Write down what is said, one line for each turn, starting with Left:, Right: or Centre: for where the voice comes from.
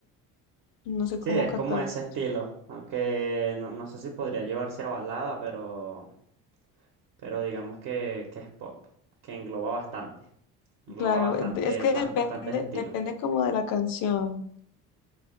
Left: No sé
Right: Sí,
Left: cómo
Right: es
Left: catalogo.
Right: como ese estilo. Aunque no, no sé si podría llevarse a balada, pero, pero digamos que, que es pop, que engloba bastante. Engloba
Left: Claro,
Right: bastante,
Left: es es que
Right: bas-
Left: depende,
Right: bastantes estilos.
Left: depende como de la canción.